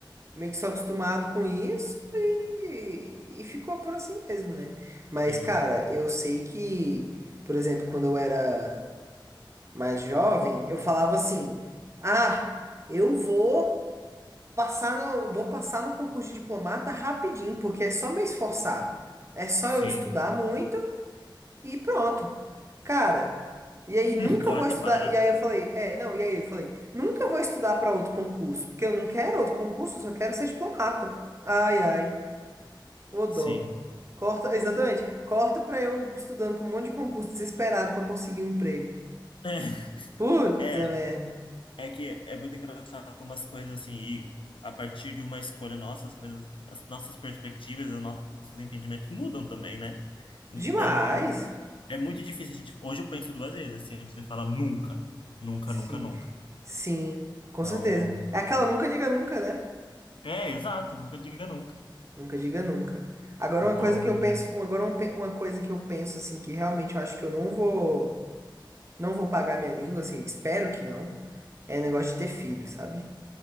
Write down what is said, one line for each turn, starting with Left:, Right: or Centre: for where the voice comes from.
Right: meio que sou acostumado com isso e, e ficou por assim mesmo, né? Mas,
Left: sim,
Right: cara, eu sei que, por exemplo, quando eu era mais jovem, eu falava assim: "Ah, eu vou passar no, vou passar no concurso de diplomata rapidinho, porque é só me esforçar. É só
Left: sim.
Right: eu estudar muito e pronto." Cara, e aí
Left: <laughs>
Right: nunca
Left: Corta
Right: vou estudar,
Left: para,
Right: e aí eu falei: "É, não, e aí eu falei: "Nunca vou estudar para outro concurso, porque eu não quero outro concurso, eu só quero ser diplomata." Ai, ai, ô dó.
Left: sim.
Right: Corta, exatamente. Corta pra eu estudando pra um monte de concurso desesperado pra conseguir um emprego.
Left: É.
Right: Puta
Left: É,
Right: merda.
Left: É que é muito engraçado como as coisas assim, e a partir de uma escolha nossa, as coisas, as nossas perspectivas, os nossos entendimentos mudam também, né? Então,
Right: Demais.
Left: é muito difícil a gente. Hoje eu penso duas vezes, assim, antes de falar nunca, nunca,
Right: Sim,
Left: nunca, nunca.
Right: sim, com
Left: Então,
Right: certeza. É aquela nunca diga nunca, né?
Left: é, exato, nunca diga nunca.
Right: Nunca diga nunca. Agora
Left: Então,
Right: uma coisa que eu penso, agora uma, pe- uma coisa que eu penso assim que realmente eu acho que eu não vou, não vou pagar minha língua assim, espero que não, é negócio de ter filho, sabe?